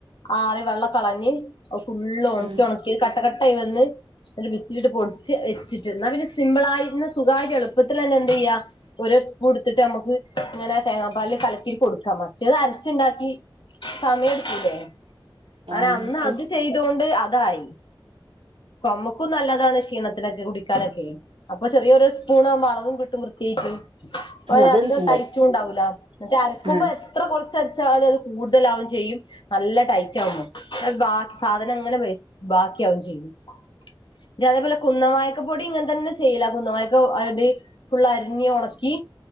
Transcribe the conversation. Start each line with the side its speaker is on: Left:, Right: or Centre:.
Left: ആറി വെള്ളം കളഞ്ഞ് ഫുള്ള് ഉണക്കി
Right: ഉം
Left: ഉണക്കി കട്ട കട്ടായി വന്ന് മിക്സിയിൽ ഇട്ട് പൊടിച്ച് വെച്ചിട്ട് എന്നാ പിന്നെ സിമ്പിളായിരുന്ന് സുഖായിറ്റ് എളുപ്പത്തിലന്നെ എന്തെയ്യാ ഒരു സ്പൂൺ എടുത്തിട്ട് നമുക്ക് ഇങ്ങനെ തേങ്ങാ പാലില് കലക്കി കൊടുക്കാം മറ്റേത് അരച്ചുണ്ടാക്കി സമയ എടുക്കൂലെ അങ്ങനെ
Right: ആഹ്
Left: അന്ന് അത് ചെയ്തൊണ്ട് അതായി നമുക്കും നല്ലതാണ് ക്ഷീണത്തിനൊക്കെ കുടിക്കാനൊക്കെ അപ്പൊ ചെറിയൊരു സ്പൂൺ ആവുമ്പോ അളവും കിട്ടും വൃത്തിയായിട്ട് പ്പോ
Right: അത്
Left: അധികം
Right: ഉണ്ട്
Left: ടൈറ്റുണ്ടാവൂല മറ്റേ അരക്കുമ്പോ
Right: ഉം
Left: എത്ര കൊറച്ച അരച്ചാലും അത് കൂടും ടുതലാവും ചെയ്യും നല്ല ടൈറ്റ് ആവുന്നു അ ബാക്കി സാധനം ഇങ്ങനെ ബാക്കിയാവേം ചെയ്യും പിന്നെ അതേപോലെ കുന്ന വായക്ക പൊടി ഇങ്ങനെ തന്നെ ചെയ്ല് കുന്ന വായക്ക അത് ഫുള്ള് അരിഞ്ഞ് ഒണക്കി